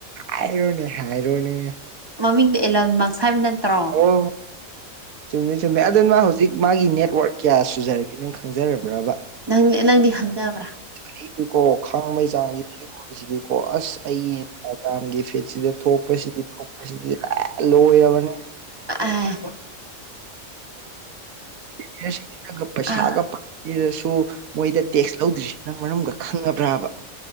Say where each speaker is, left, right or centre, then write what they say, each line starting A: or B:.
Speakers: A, on the right; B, on the right.
A: ꯍꯥꯏꯔꯣꯅꯤ ꯍꯥꯏꯥꯏꯔꯅꯤ
B: ꯃꯃꯤꯡꯗ ꯑꯦꯂ ꯃꯥꯛꯁ ꯍꯥꯏꯕ ꯅꯠꯇ꯭ꯔꯣ
A: ꯑꯣ ꯆꯨꯝꯃꯦ ꯆꯨꯝꯃꯦ ꯑꯗꯨꯅ ꯃꯥ ꯍꯧꯖꯤꯛ ꯃꯥꯒꯤ ꯅꯦꯠꯋꯥꯔꯛ ꯀꯌꯥ ꯁꯨꯖꯔꯒꯦ ꯅꯪ ꯈꯪꯖꯔꯕ꯭ꯔꯕ
B: ꯅꯪ ꯗꯕ꯭ꯔꯥ
A: ꯑꯩꯗꯤ ꯀꯣ ꯈꯪꯕꯩ ꯆꯥꯡ ꯁꯤꯗꯤꯀꯣ ꯑꯁ ꯑꯩꯒꯤ ꯏꯟꯁꯇꯥꯒ꯭ꯔꯥꯝꯒꯤ ꯏꯐꯤꯠꯁꯤꯗ ꯊꯣꯛꯄꯁꯤꯗꯤ ꯊꯣꯛꯄꯁꯤꯗꯤ ꯂꯣꯏꯔꯕꯅꯦ
B: ꯑꯥ
A: ꯍ ꯁꯤ ꯄꯩꯁꯥꯒ
B: ꯑꯥ
A: ꯄꯥꯔꯁꯨ ꯃꯣꯏꯗ ꯇꯦꯛꯁ ꯂꯧꯗ꯭ꯔꯤꯁꯤꯦ ꯅꯪ ꯃꯔꯝꯒ ꯈꯪꯉꯕ꯭ꯔꯥꯕ